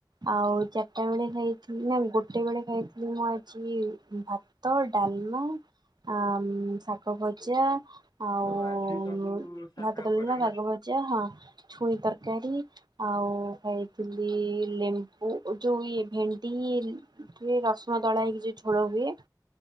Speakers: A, on the right; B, on the left.
A: ଆଉ ଚାରିଟା ବେଳେ ଖାଇଥିଲି ନା ଗୋଟେ ବେଳେ ଖାଇଥିଲି ମୁଁ ଚି ଭାତ ଡାଲମା ଆ ଶାଗ ଭଜା ଆଉ
B: ଓ ଆଜି ସବୁ ସାଧା
A: ଭାତ ଡାଲମା
B: ଉପରେ ନା
A: ଶାଗ ଭଜା ହଁ ଛୁଇଁ ତରକାରୀ ଆଉ ଖାଇଥିଲି ଲେମ୍ୱୁ ଏଯୋଉ ଇଏ ଭେଣ୍ଡି କି ରସୁଣ ଦଳା ହେଇକି ଯୋଉ ଝୋଳ ହୁଏ